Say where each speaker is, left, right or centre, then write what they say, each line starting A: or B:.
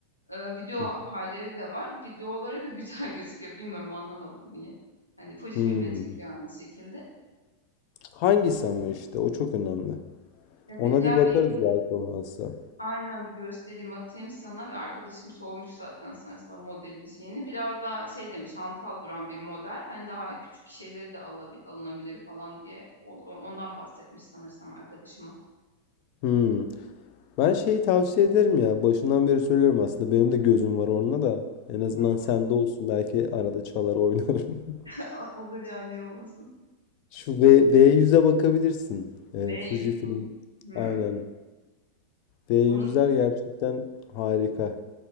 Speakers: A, on the left; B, on the left.
A: e, video
B: hı.
A: halleri de var. Videoları da güzel <laughs> gözüküyor. Bilmiyorum anlamadım niye. Hani Fujifilm'le
B: Hmm.
A: çekiyor aynı şekilde.
B: Hangisi ama işte o çok önemli.
A: Evet
B: Ona
A: ya
B: bir bakarız
A: bir
B: belki olmazsa.
A: Aynen bir göstereyim atayım sana. Bir arkadaşım sormuş zaten sanırsam modelin şeyini. Biraz daha şey demiş hantal duran bir model. Hani daha küçük şeyleri de alabil, alınabilir falan diye O- o- ondan bahsetmiş sanırsam arkadaşıma.
B: Hmm. Ben şeyi tavsiye ederim ya. Başından beri söylüyorum aslında. Benim de gözüm var onunla da. En azından
A: <laughs>
B: sende olsun. Belki arada çalar oynarım. <laughs>
A: A- Olur yani iyi olmasın.
B: Şu V, V100'e bakabilirsin. Ee,
A: V100
B: Fujifilm.
A: poşet. Hmm.
B: Aynen. v yüzler
A: Onun
B: gerçekten harika.